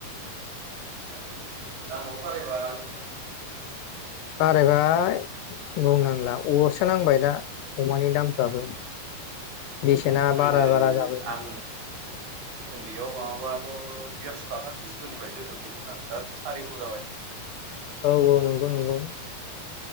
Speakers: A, on the right; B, on the left.
A: दामबो बारायबा अमायाबो।
B: बारायबाय बुंनांला अरसो नांबाय दा। अमानि दामफ्राबो बेसेना
A: गोदो
B: बारा बारा जाबायना।
A: आं उन्दैयाव माबाबाथ' देरस' थाखा केजिफोरनिफ्रायाय लोगो मोनबोदोंमोन आं दा सारिस' जाबाय।
B: औ औ नंगौ नंगौ।